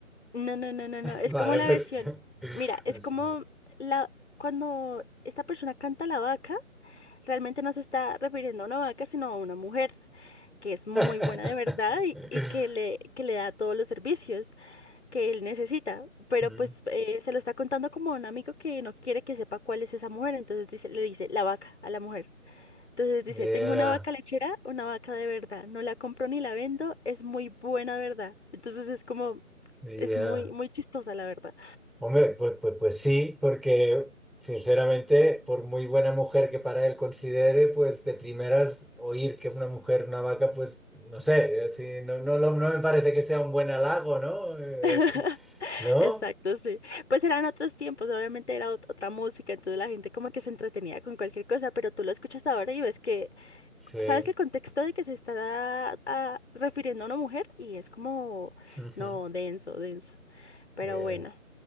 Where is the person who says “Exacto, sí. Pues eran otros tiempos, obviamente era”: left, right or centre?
Left